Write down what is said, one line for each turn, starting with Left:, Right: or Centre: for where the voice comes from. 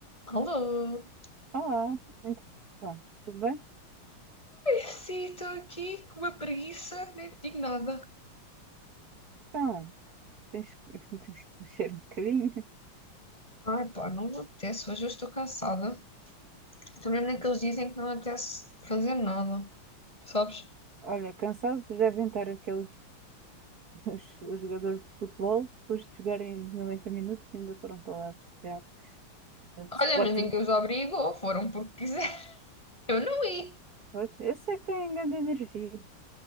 Left: Alô?
Right: Olá, então, tudo bem?
Left: Sim, estou aqui com uma preguiça, nem te digo nada.
Right: Então, tens, que, <laughs> tens que mexer um bocadinho.
Left: Ai, pá, não me apetece, hoje eu estou cansada. Estou mesmo naqueles dias em que não me apetece fazer nada, sabes?
Right: Olha, cansados devem estar aqueles os, os jogadores de futebol, depois de jogarem 90 minutos, ainda foram para lá festejar. É o
Left: Olha,
Right: Sporting.
Left: mas ninguém os obrigou, foram porque quiser. <laughs> Eu não ia,
Right: Pois, esse é que tem grande energia.